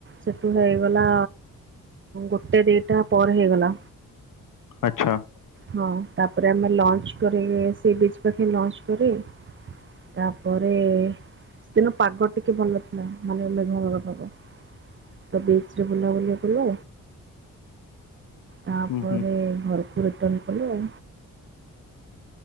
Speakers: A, on the right; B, on the left.
A: ସେଠୁ ହେଇଗଲା ଗୋଟେ ଦିଟା ପରେ ହେଇଗଲା।
B: ଆଚ୍ଛା।
A: ହଁ ତାପରେ ଆମେ ଲଞ୍ଚ କରି ସି ବିଚ ପାଖେ ଲଞ୍ଚ କରି ତାପରେ କିନ୍ତୁ ପାଗ ଟିକେ ଭଲ ଥିଲା ମାନେ ମେଘୁଆ ମେଘୁଆ ପାଗ। ତ ବିଚରେ ବୁଲାବୁଲି କଲୁ ତା
B: ହୁଁ
A: ପରେ
B: ହୁଁ
A: ଘରକୁ ରିଟର୍ଣ୍ଣ କଲୁ ଆଉ।